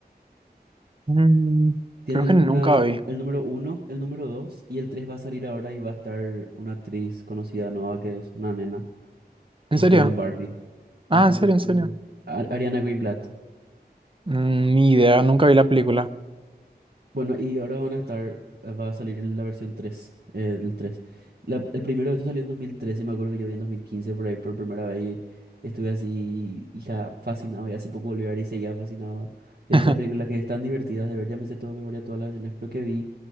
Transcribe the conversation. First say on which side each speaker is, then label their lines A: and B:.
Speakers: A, on the right; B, on the right.
A: Mm,
B: Tienen
A: creo que nunca
B: una,
A: vi.
B: el número uno, el número dos y el tres va a salir ahora y va a estar una actriz conocida nueva que es una nena que
A: ¿En serio?
B: estuvo en Barbie.
A: Ah,
B: No sé
A: en serio,
B: si...
A: en serio.
B: Ar- Ariana Greenblatt.
A: Mm, ni idea, nunca vi la película.
B: Bueno, y ahora van a estar, eh, va a salir la versión 3 eh, el tres La- el primero de esto salió en 2013, me acuerdo que yo vi en 2015 por ahí por primera vez y estuve así, hija, fascinado, y hace poco volví a ver y seguía fascinado de
A: <laughs>
B: esa película que es tan divertida de ver, ya me sé toda de memoria todas las escenas, creo que vi